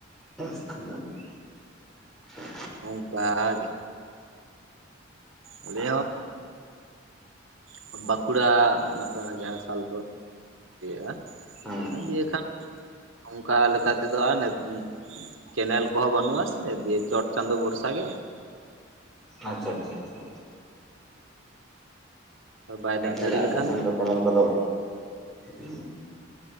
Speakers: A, in the centre; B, on the right.
A: <unintelligible>
B: ᱚᱝᱠᱟ ᱜᱮ ᱟᱞᱮ
A: ᱟᱨ
B: ᱦᱚᱸᱭ ᱵᱟᱠ ᱠᱩᱲᱟ ᱱᱟᱠᱟ ᱡᱟᱦᱟᱸ ᱥᱟᱞ ᱛᱚᱲᱟ ᱤᱭᱟᱹᱜ-ᱟ
A: ᱦᱩᱸ
B: ᱫᱤᱭᱟᱹ ᱠᱷᱟᱱ ᱚᱝᱠᱟ ᱞᱮᱠᱟ ᱛᱮᱫᱚ ᱟᱨ ᱱᱤᱛ ᱪᱮᱱᱮᱞ ᱠᱚᱦᱚᱸ ᱵᱟᱹᱱᱩᱜ-ᱟ ᱥᱮ ᱫᱤᱭᱮ ᱪᱚᱴ ᱪᱟᱸᱫᱳ ᱵᱚᱨᱥᱟ ᱜᱮ
A: ᱟᱪᱪᱷᱟ ᱟᱪᱪᱷᱟ ᱟᱪᱪᱷᱟ
B: ᱵᱟᱭ
A: ᱞᱤᱧ
B: ᱫᱟᱜ
A: ᱛᱟᱞᱦᱮ
B: ᱡᱟᱹᱲᱤ
A: ᱟᱵᱚ
B: ᱞᱮᱠᱷᱟᱱ
A: ᱥᱮᱱ ᱫᱚ ᱠᱮᱢᱮᱞ ᱠᱚᱫᱚ ᱩᱸ